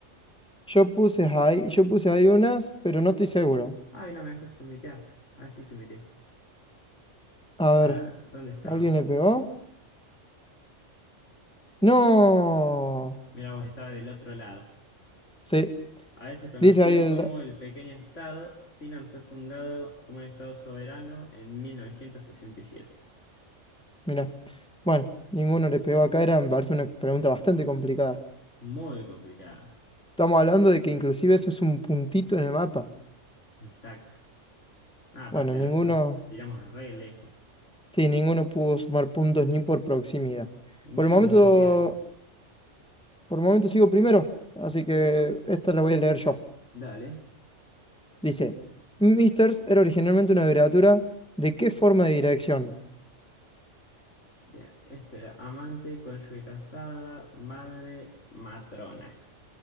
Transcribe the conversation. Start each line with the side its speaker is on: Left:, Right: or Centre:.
Centre: yo puse ahí, yo puse ahí unas, pero no estoy seguro.
Left: Ah, mira, me dejó sumitear. Ah, sí, sumité.
Centre: A ver,
Left: A ver, ¿dónde estaba?
Centre: ¿alguien le pegó? ¡No!
Left: Mira, vos estaba del otro lado.
Centre: Sí,
Left: A veces conocido
Centre: dice ahí el.
Left: como el pequeño estado, Sealand fue fundado como un estado soberano en 1967.
Centre: Mira. Bueno, ninguno le pegó acá, era, me parece una pregunta bastante complicada.
Left: Muy complicada.
Centre: Estamos hablando de que inclusive eso es un puntito en el mapa.
Left: Exacto. Ah, aparte
Centre: Bueno, ninguno.
Left: nosotros tiramos re lejos.
Centre: Sí, ninguno pudo sumar puntos ni por proximidad.
Left: Ni
Centre: Por el
Left: lo
Centre: momento.
Left: conocía eso.
Centre: Por el momento sigo primero, así que esta la voy a leer yo.
Left: Dale.
Centre: Dice, Misters era originalmente una abreviatura de qué forma de dirección.
Left: Bien. Este era amante, cónyuge casada, madre, matrona.